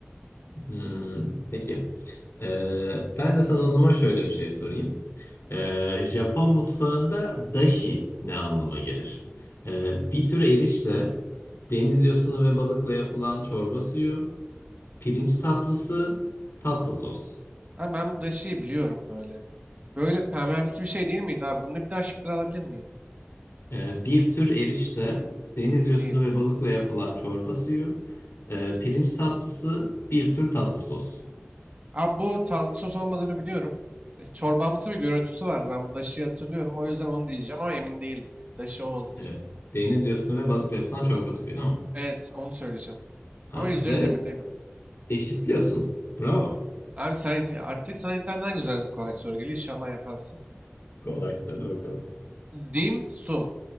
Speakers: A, on the left; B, on the right.
A: Hmm, peki. Ee, ben de sana o zaman şöyle bir şey sorayım. Ee, Japon mutfağında dashi ne anlama gelir? Ee, bir tür erişte, deniz yosunu ve balıkla yapılan çorba suyu, pirinç tatlısı, tatlı sos.
B: Ha, ben bu da şeyi biliyorum böyle. Böyle pembemsi bir şey değil miydi abi? Bunu bir daha şıkları alabilir miyim?
A: Ee, bir tür erişte, deniz yosunu
B: Değil.
A: ve balıkla yapılan çorba suyu, e, pirinç tatlısı, bir tür tatlı sos.
B: Abi bu tatlı sos olmadığını biliyorum. E, çorbamsı bir görüntüsü vardı. Ben bu daşıyı hatırlıyorum. O yüzden onu diyeceğim ama emin değilim. Yani. Daşı o olması
A: Ee, deniz yosunu ve balıkla yapılan çorba suyu değil mi?
B: Evet, onu söyleyeceğim.
A: Abi
B: Ama %100
A: ve
B: emin değilim.
A: eşitliyorsun. Bravo.
B: Abi sen artık sana internetten güzel kolay soru geliyor. İnşallah yaparsın.
A: Kolay. Hadi bakalım.
B: Dim sum.